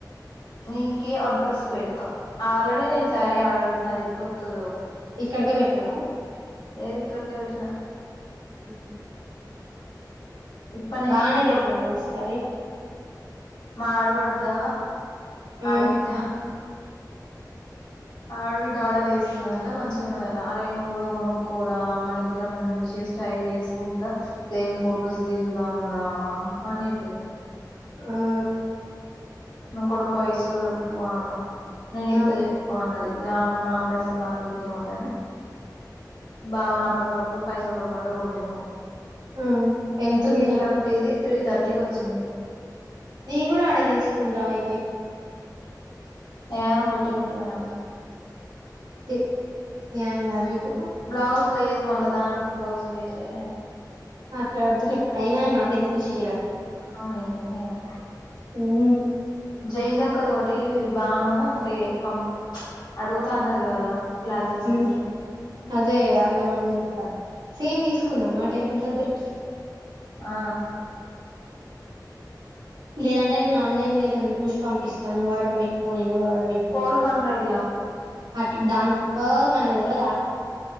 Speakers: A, on the left; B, on the right.
A: నీకే అడ్రస్ పెడ్తా ఆల్రెడీ నేను సారీ ఆర్డర్ పెట్టిన అదేప్పుడొతదో
B: ఇక్కడికే పెట్నావా
A: లేదిక్కడికే పెట్టినా
B: ఆహ్
A: ఇప్పటి నుంచోని
B: బానేే బెట్టినవ్గా సారి
A: మా ఆడ్బడ్డా
B: ఆ
A: ఆడ్బిడ్డ ఆడవిడ్డ ఆడర్ వేస్కున్నదంట మంచిగున్నదంట అరే నువు గూడ కొనుక్కోరా మన ఇద్దరం మంచే స్టైల్ చేస్కుంటా సేమ్ ఫొటోస్ దిగుదాం రా అన్జెప్పింది
B: ఆహ్
A: న కాడా పైసలు లేవు అన్నా నేనిత్త
B: ఆ
A: తిస్కో అన్నది ఇగ ఆమె నా పైసలు నాకు ఎందుకు ఏమోద్దని బావనప్పడికప్పుడు పైసలు కొట్టమంటే కొట్టిండు
B: ఆ ఎంతుంది
A: త్రీ
B: చెప్పు
A: థర్టీది త్రీ థర్టీకోచ్చింది
B: నేను కూడా ఆర్డర్ చేస్కుంటా అయితే
A: నేను పోట్టిగుంట ఏమొద్దు.
B: చి న్యాయం కాదు మీకు.
A: బ్లౌజ్ లేదు మళ్ళా దానికి బ్లౌజ్ వేరే.
B: అట్లా వద్దులే అయినా నాకెందుకు షీరా.
A: అవున్ నీకెందుకైనా.
B: మ్మ్
A: జైదక్క తోటి బాను పే పం అడుగుతా అన్నది కదా. ప్లాజో సెట్
B: ఉహ్ అదే అడగమని చెప్తా సేమ్ తీస్కుందామా టెంపుల్ దగ్గరికి.
A: ఆ.
B: లేదంటే నేను ఆన్లైన్ లేదని చూసి పంపిస్తాను ఆర్డర్ పెట్టుకో నేను కూడా ఆడర్ పెట్టుకుంటా.
A: టు హండ్రెడ్లా.
B: అట్ దాట్ బో మనకు తెల్వద.